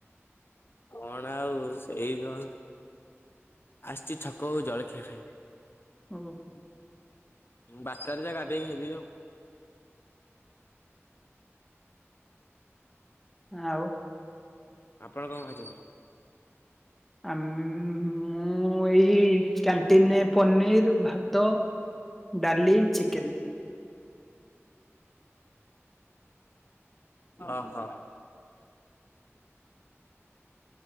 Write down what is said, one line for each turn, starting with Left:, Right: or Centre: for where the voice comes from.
Left: କଣ ଆଉ ସେଇ କ ଆସିଛି ଛକକୁ ଜଳଖିଆ ଖାଇ।
Centre: ହଁ ହଁ।
Left: ବାରଟାରେ ଯା ଗାଧୋଇ ଖାଇଦେବି ଆଉ।
Centre: ହ ଆଉ।
Left: ଆପଣ କଣ ଖାଇଛନ୍ତି?
Centre: ଆ ମୁଁ ଏଇ କ୍ୟାଣ୍ଟିନେ ପନିର୍ ଭାତ ଡାଲି ଚିକେନ୍।
Left: ହ ହଁ।